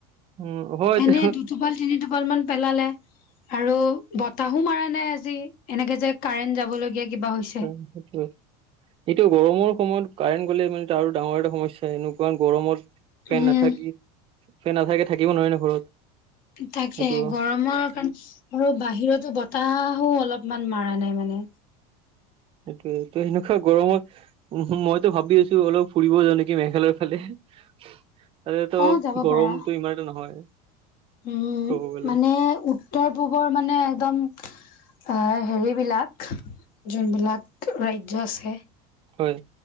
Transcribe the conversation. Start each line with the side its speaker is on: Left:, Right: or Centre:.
Right: উম, হয়
Left: এনে
Right: তে
Left: দুটোপাল তিনি টোপাল মান পেলালে। আৰু বতাহো মাৰা নাই আজি এনেকে যে কাৰেন্ট যাবলগীয়া কিবা হৈছে
Right: উম, সেইটো। এইটো গৰমৰ সময়ত কাৰেণ্ট গ'লে মানে ত, আৰু ডাঙৰ এটা সমস্যা এনেকুৱা গৰমত। ফেন
Left: উম
Right: নাথাকি, ফেন নাথাকে থাকিব নোৱাৰি ন ঘৰত।
Left: তাকে
Right: সেইটো
Left: গৰমৰ কাৰণে আৰু বাহিৰতো বতাহো অলপমান মৰা নাই মানে।
Right: সেইটোয়ে তো সেনেকুৱা গৰমত উম, মইতো ভাবি আছো অলপ ফুৰিব যান নেকি মেঘালয়ৰ ফালে। তাতে, তো
Left: অ যাব
Right: গৰমতটো
Left: পাৰা
Right: ইমানটা নহয়।
Left: উম,
Right: ক'ব গ'লে
Left: মানে উত্তৰ পূৱৰ মানে একদম আহ হেৰিবিলাক যোনবিলাক ৰাজ্য আছে।
Right: হয়।